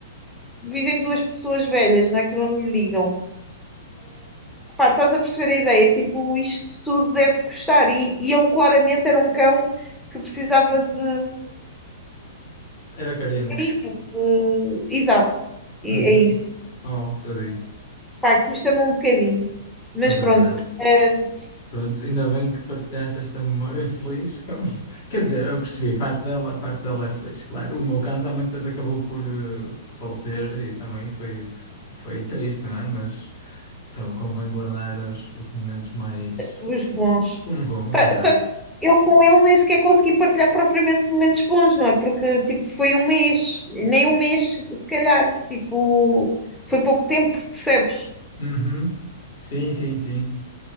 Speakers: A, in the centre; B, on the left.
A: vivem duas pessoas velhas, não é? Que não lhe ligam. Pá, estás a perceber a ideia? Tipo, isto tudo deve custar. E, e ele claramente era um cão que precisava de
B: Era carente.
A: carinho, de... Exato, é,
B: Uhum.
A: é isso.
B: Oh, tadinho.
A: Pá, custa-me um bocadinho. Mas
B: É verdade.
A: pronto, ah,
B: Pronto, ainda bem que partilhaste esta memória feliz. com- <laughs> Quer dizer, eu percebi, parte dela, parte dela é feliz, claro. O meu cão também depois acabou por eh, falecer e também foi, foi triste, não é? Mas então convém guardar os, os momentos mais.
A: os bons.
B: Os bons,
A: Pá,
B: exato.
A: Só que eu com ele nem sequer consegui partilhar propriamente momentos bons, não é? Porque tipo, foi um mês, nem um mês, se calhar, tipo, foi pouco tempo, percebes?
B: Uhum. Sim, sim, sim.